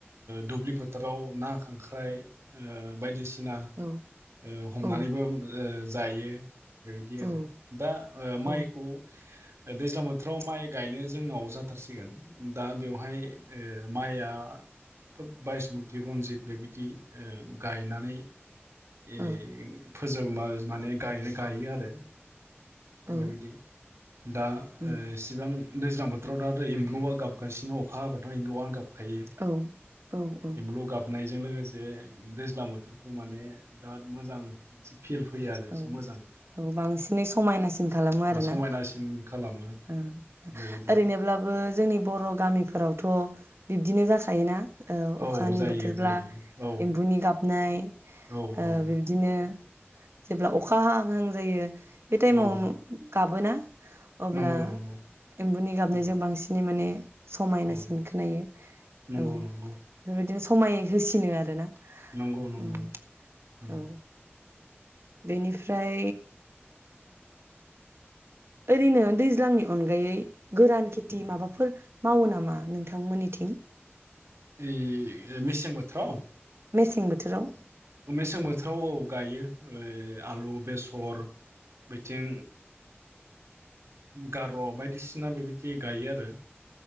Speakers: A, on the right; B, on the right.
A: दुब्लि फोथाराव ना खांख्राइ ओ बायदिसिना ना
B: औ
A: ओ हमनानैबो
B: औ
A: ओ जायो बेबायदि आरो
B: औ
A: दा माइखौ
B: औ
A: दैज्लां बोथोराव माइ गायनो जोंनाव जाथारसिगोन दा बेवाय बहाय माइआ खोब बायसमुति रनजित बेबायदि गायनानै ओ
B: औ
A: फोजोबनो माने गायनो गायो आरो
B: औ
A: बेबायदि दा
B: उम
A: ओ इसेबां दैज्लां बोथोराव दा एम्लुआ गाबगासिनो अखा हाबाथाय एमबुआनो गाब खायो
B: औ औ उम
A: एमबुलु गाब होननायजों लोगोसे दैज्लां बोथोरखौ माने बिराद मोजां मोनसे फिल फैयो आरो एसे
B: औ
A: मोजां
B: औ बांसिनै समायनासिन खालामो आरोना
A: औ समायनासिन खालामो
B: औ
A: बेबायदि
B: ओरैनोब्लाबो जोंनि बर' गामिफोराव थ बिब्दिनो जाखायोना ओ
A: औ
B: अखानि
A: जायो
B: बोथोरब्ला
A: जायो औ
B: एम्बुनि गाबनाय
A: औ
B: ओ
A: औ
B: बिबदिनो जेब्ला अखा हाहां हाहां जायो बे टाइमाव
A: औ
B: गाबोना? अब्ला
A: नंगौ नंगौ
B: एम्बुनि गाबनायजों
A: औ
B: बांसिनै माने समायनासिन
A: औ
B: खोनायो
A: नंगौ
B: औ
A: नंगौ
B: जोंदि स समाय होसिनो आरोना
A: नंगौ नंगौ
B: उम
A: नंगौ
B: औ बेनिफ्राय ओरैनो दैज्लांनि अनगायै गोरान खेथि माबाफोर मावो नामा नोंथांमोननिथिं
A: ए मिसें बोथोराव?
B: मेसें बोथोराव
A: मेसें बोथोराव औ गायो ओ आलु बेसर बिथिं गार' बायदिसिना बेबायदि ए गायो आरो